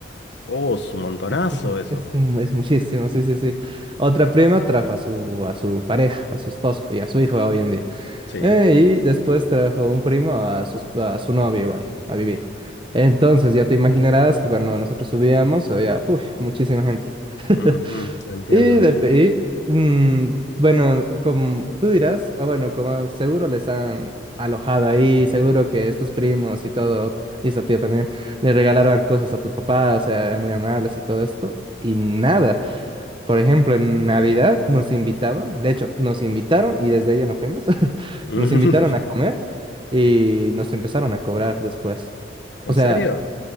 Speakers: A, on the left; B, on the right.
A: Oh, es un montonazo
B: Es, es,
A: eso.
B: es un- es muchísimo, sí, sí, sí. Otra prima trajo a su, a su pareja, a su esposo y a su hijo hoy en día.
A: Sí.
B: Eh, y después trajo un primo a su, esp- a su novia igual, a vivir. Entonces ya te imaginarás que cuando nosotros subíamos había uf, muchísima gente. <laughs>
A: Ujú, Entiendo,
B: Y,
A: entiendo.
B: de, y, mm, bueno, como tú dirás, ah, bueno, como seguro les han alojado ahí, seguro que estos primos y todo, y esa tía también, le regalaron cosas a tu papá, o sea, eran muy amables y todo esto, y nada. Por ejemplo, en Navidad nos invitaban, de hecho, nos invitaron y desde ella no fuimos, <laughs>
A: <laughs>
B: nos invitaron a comer y nos empezaron a cobrar después.
A: ¿En
B: O sea,
A: serio?